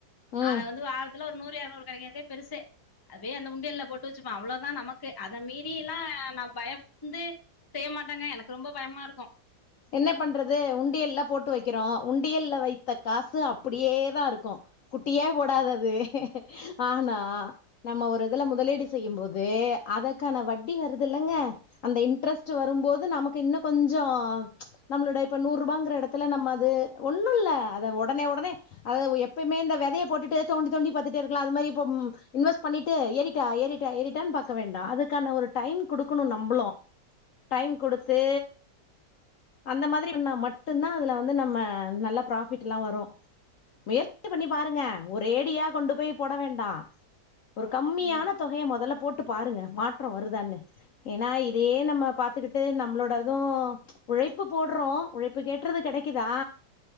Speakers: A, on the left; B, on the left.
A: ம்
B: அது வந்து வாரத்துல ஒரு நூறு இரநூறு கெடைக்குறதே பெருசு அதுவே அந்த உண்டியல்ல போட்டு வச்சுப்ப அவ்ளோவுதா நமக்கு அத மீறி எல்லா நா பயந்து செய்ய மாட்டாங்க எனக்கு ரொம்ப பயமா இருக்கு
A: என்ன பண்றது உண்டியல்ல போட்டு வைக்கிறோ உண்டியல்ல வைத்த காசு அப்புடியே தா இருக்கு குட்டியே போடாது அது ஆனா நம்ம ஒரு இதுல முதலீடு செய்யும் போது அதக்கான வட்டி வருதுல்லங்க அந்த இன்ட்ரெஸ்ட்டு வரும் போது நமக்கு இன்னு கொஞ்சோ நம்மளோட இப்ப நூறு ரூபாங்கற எடத்துல நம்ம அது ஒண்ணு இல்ல அத ஒடனே ஒடனே அத எப்பயுமே இந்த வெதையை போட்டுட்டு தோண்டி தோண்டி பத்துட்டே இருக்கலா அது மாரி இப்போ ம் இன்வெஸ்ட்டு பண்ணிட்டு ஏறி ட்டா ஏறிட்டா ஏறிட்டான் பாக்க வேண்டா அதுக்கான ஒரு டைம் குடுக்கணு நம்பளு டைம் குடுத்து அந்த மாதிரி இருந்தா மட்டுதா அதுல வந்து நம்ம நல்லா பராஃபிட்லா வரு முயற்சி பண்ணி பாருங்க ஒரேடியா கொண்டு போய் போட வேண்டா ஒரு கம்மியான
B: ம்
A: தொகைய மொதல்ல போட்டு பாருங்க மாற்றோ வருதான்னு ஏனா இதே நம்ம பாத்துக்கிட்டு நம்மளோட இது உழைப்பு போடுறோ உழைப்பு கேட்றது கெடைக்குதா